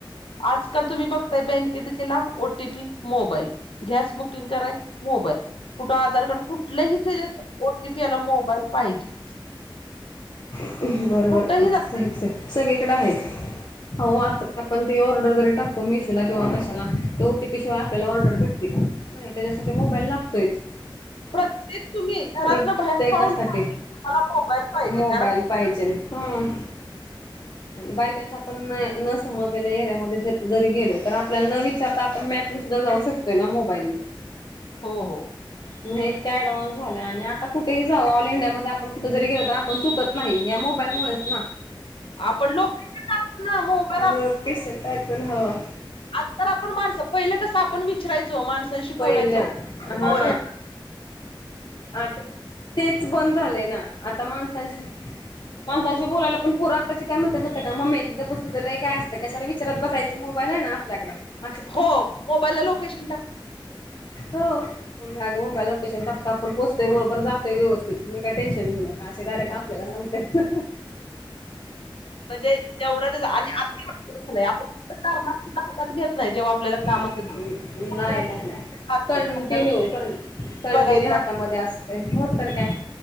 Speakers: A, on the left; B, on the left.
A: आजकाल तुम्ही बघताय बँकेत गेला ओटीपी मोबाईल गॅस बुकिंग कराय. मोबाईल कुठं आधार कार्ड कुठलंही ओटीपी याला मोबाईल पाहिजे.
B: <inaudible> बरोबर
A: कुठही जा
B: सगळीकडे आहे हो आता आपण ती ऑर्डर जरी टाकतो मिशोला किंवा कशाला ते ओटीपी शिवाय आपल्याला ऑर्डर भेटते का? नाही त्याच्यासाठी मोबाईल लागतोयचं.
A: प्रत्येक तुम्ही घरातनं
B: प्रत्येकासाठी
A: बाहेर पाऊल तुम्हाला मोबाईल पाहिजे
B: मोबाईल
A: कारण
B: पाहिजेल हं बाय चान्स आपण न न समजलेल्या एरियामध्ये ज जरी गेलो तर आपल्याला न विचारता आपण मॅपनी सुद्धा जाऊ शकतो. ना मोबाईल
A: हो हो.
B: म्हणजे इतका ऍडव्हान्स झाला आणि आता कुठेही जाऊ ऑल इंडियामध्येध्ये आपण कुठे गे आपण चुकत नाही या मोबाईलमुळेच ना.
A: आपण लोक ना मोबाल
B: लोकेशन टाकून हो
A: आजकाल आपण माणसं पहिलं कसं आपण विचरायचो माणस. बोलायचो
B: पहिलं
A: कुठ?
B: हा आता तेच बंद झाले ना आता माणसांची माणसांशी बोलायला पण पोरं आताची काय म्हणतात माहिते काय मग्मी इथं बस तुझ लय काय असतं. काशाला विचरत बसायचं मोबाईल आहे ना. पल्याकडं <unintelligible>
A: हो मोबाईल ला लोकेशन टाक.
B: हो. मम्मी मोबाईल लोकेशन टकतोय आपण पोहचतोय बरोबर जातोय व्यवस्थीत तम्ही काय टेन्शन घेऊ नका. डायरेक्ट आपल्याला
A: टाकतो
B: सांगतंय.
A: म्हणजे जेवढं आणि आ झा आपण कुठ हातात घेत नाही जेव्हा- आपल्याला
B: नाही
A: काम असेल ते. आपल्याला पण
B: नाही नाही
A: लागतंय,
B: कंटिन्यू
A: छंद लागतंय,
B: कंटि कंटिन्यू
A: बघायचा
B: हातामध्ये असतय हो तर काय?